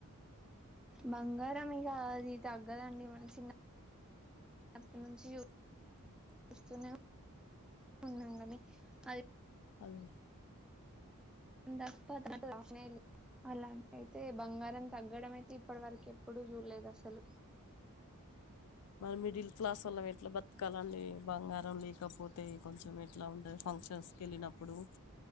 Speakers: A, in the centre; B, on the left.
A: బంగారం కాదు ఇ తగ్గదండి మన చిన్న అప్పట్నునుంచి వస్తునే అంగ అంగనే అద్
B: హలో
A: ఉంద పొద్దగాని స్నేల్లి అలాంట్ ఆయితే బంగారం తగ్గడం అయితే ఇప్పటి వరకు ఎప్పుడూ చూడలేదు అసలు.
B: మన మిడిల్ క్లాస్ వొల్లం ఎట్లా బత్ కాదండి బంగారం లేకపోత్ తే కొంచెం ఎట్లా ఉండద్ ఫంక్షన్స్ కేలీనమ్ ఇప్పుడు